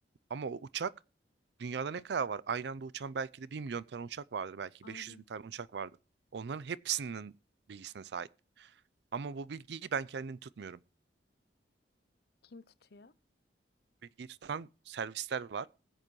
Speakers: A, on the right (about 70°); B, on the left (about 60°).
A: Ama o uçak dünyada ne kadar var? Aynı anda uçan belki de bir milyon tane uçak vardır. Belki
B: aynen.
A: beş yüz bin tane uçak vardır. Onların hepsinin bilgisine sahip. Ama bu bilgiyi ben kendim tutmuyorum.
B: Kim tutuyor?
A: Bilgiyi tutan servisler var.